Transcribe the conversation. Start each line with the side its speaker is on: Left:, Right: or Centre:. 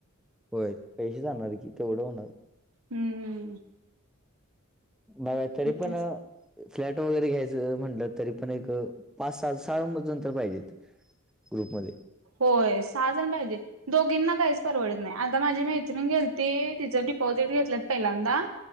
Centre: हो पैसे सांी इ एवं होणार
Right: हम्मम
Centre: बघा तरी पण
Right: तेच
Centre: फ्लॅट वगैरे घ्यायचं म्हटलं तरी पण एक पाच सहा साल म नंतर पाहिजेत ग्रुपमध्ये
Right: होय सहाजण पाहिजे दोघींना काहीच परवडत नाही आता माझी मैत्रिण घेलती तिचं डिपॉझिट घेतलंत पहिल्यांदा